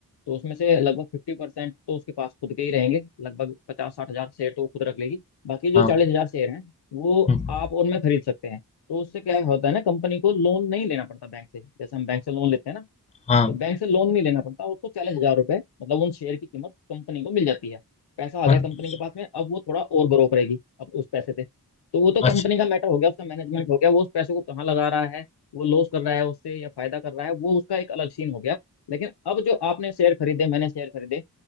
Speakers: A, on the left; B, on the left.
A: तो उसमें से लगभग फिफ्टी परसेंट तो उसके पास खुद के ही रहेंगे लगभग पचास साठ हजार शेयर तो वो खुद रख लेगी बाकी
B: हाँ
A: जो चालीस हजार शेयर हैं वो
B: हम्म,
A: आप और मैं खरीद सकते हैं तो उससे क्या होता है ना कंपनी को लोन नहीं लेना पड़ता बैंक से जैसे हम बैंक से लोन लेते हैं ना
B: हाँ
A: तो बैंक से लोन नहीं लेना पड़ता उसको चालीस हजार रुपए मतलब उन शेयर की कीमत कंपनी को मिल जाती है पैसा आ गया
B: अच्छा
A: कंपनी के पास में अब वो थोड़ा और ग्रो करेगी अब उस पैसे से तो वो तो
B: अच्छा,
A: कंपनी का मैटर हो गया उसका मैनेजमेंट हो गया वो उस पैसे को कहाँ लगा रहा है वो लॉस कर रहा है उससे या फायदा कर रहा है वो उसका एक अलग सीन हो गया लेकिन अब जो आपने शेयर खरीदे मैंने शेयर खरीदे